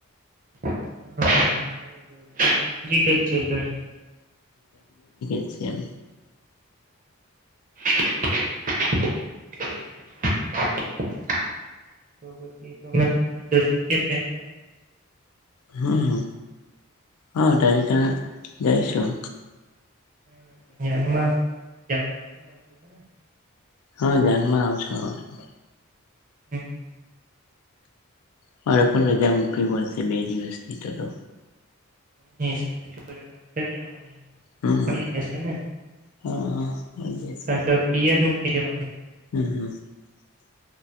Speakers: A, on the right (about 35°); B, on the left (about 80°).
A: જ છે હા બરાબર નજીક જ છે તઈ
B: <unintelligible>
A: <inaudible> તો પછી તમે તો ત્યાં જશો કે પહેલા
B: હમ્મ હા તાથી તા જાયશું.
A: હમ્મ જાનમાં જાનમાં પણ આવજો હને.
B: હા જાનમાં આવશું આવશું.
A: હમ
B: મારે પણ રજા મૂકવી પડશે બે દિવસની તો તો
A: નઈ સાહેબ જોડે વાત કરી લેવાની
B: હમ
A: મળી જશે ને.
B: હા હા. મળી જશે
A: કાતો પીએલ મુકી દેવાની.
B: <inaudible>